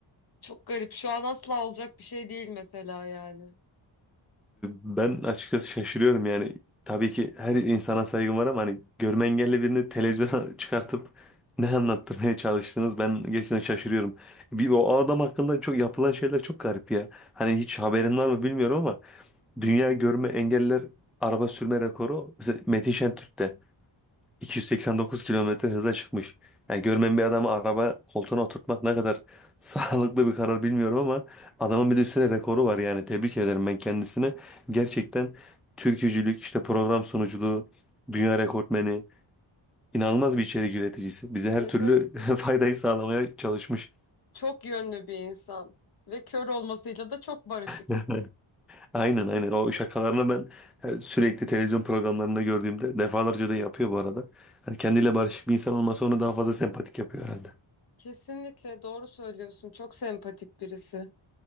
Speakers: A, on the left (about 50°); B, in the centre.
A: Çok garip. Şu an asla olacak bir şey değil mesela yani.
B: Ben açıkçası şaşırıyorum yani. Tabii ki her insana saygım var ama hani görme engelli birini televizyona <laughs> çıkartıp ne anlattırmaya çalıştınız ben gerçekten şaşırıyorum. Bir, o adam hakkında çok yapılan şeyler çok garip ya. Hani hiç haberin var mı bilmiyorum ama Dünya görme engeller araba sürme rekoru mesela Metin Şentürk'te 289 kilometre hıza çıkmış. Yani görmeyen bir adamı araba koltuğuna oturtmak ne kadar <laughs> sağlıklı bir karar bilmiyorum ama adamın bir de üstüne rekoru var yani tebrik ederim ben kendisini. Gerçekten türkücülük işte program sunuculuğu dünya rekortmeni inanılmaz bir içerik üreticisi. Bize her
A: Evet.
B: türlü <laughs> faydayı sağlamaya çalışmış.
A: Çok yönlü bir insan ve kör olmasıyla da çok barışık.
B: <laughs> Aynen aynen o şakalarını ben yani sürekli televizyon programlarında gördüğümde defalarca da yapıyor bu arada. Hani kendiyle barışık bir insan olmasa onu daha fazla sempatik yapıyor herhalde.
A: Kesinlikle doğru söylüyorsun. Çok sempatik birisi.